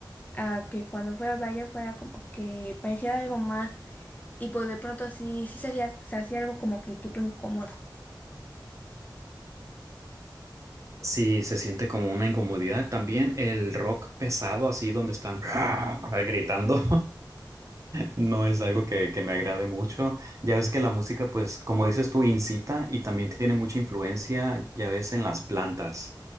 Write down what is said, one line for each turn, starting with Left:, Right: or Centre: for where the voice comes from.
Left: a que cuando fuera a baile fuera como que parecía algo más Y pues de pronto sí, sí se hacía, se hacía algo como que tipo incómodo.
Right: Sí, se siente como una incomodidad. También el rock pesado, así donde están <laughs> gritando. No es algo que, que me agrade mucho. Ya ves que la música, pues, como dices tú, incita y también tiene mucha influencia, ya ves, en las plantas,